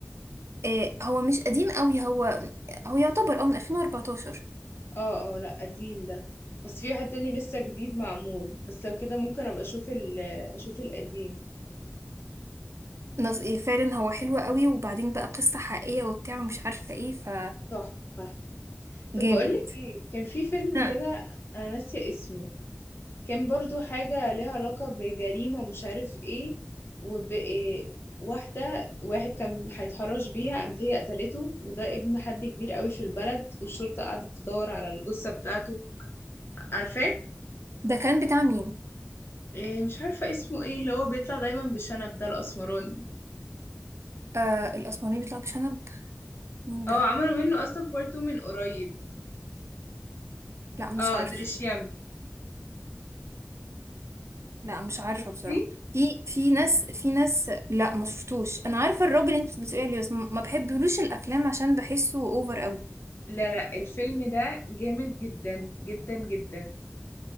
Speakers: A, on the right; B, on the left.
A: إيه هو مش قديم قوي هو هو يعتبر اه من 2014
B: اه اه لا قديم ده بس في واحد تاني لسه جديد معمول بس لو كده ممكن ابقى اشوف ال اشوف القديم
A: نص إيه فعلا هو حلو قوي وبعدين بقى قصه حقيقيه وبتاع ومش عارفه ايه ف
B: تحفة
A: جامد
B: طب بقولك ايه كان في فيلم
A: ها
B: كده انا ناسية اسمه كان برضو حاجة ليها علاقة بجريمة ومش عارف ايه وب إيه، واحدة واحد كان هيتحرش بيها قامت هي قتلته وده ابن حد كبير قوي في البلد والشرطة قعدت تدور على الجثة بتاعته عارفاه
A: ده كان بتاع مين
B: إيه مش عارفة اسمه ايه اللي هو بيطلع دايما بشنب ده الأسمراني
A: آه الاسمراني بيطلع بشنب مين ده
B: اه عملوا منه اصلا بارت 2 من قريب
A: لا مش
B: اه
A: عارفه
B: دريشيام
A: لا مش عارفة
B: شفتيه
A: بصراحة في في ناس في ناس لا ما شفتوش انا عارفة الراجل اللي انت بتقولي عليه بس ما بحبلوش الافلام عشان بحسه اوفر قوي
B: لا لا الفيلم ده جامد جدا جدا جدا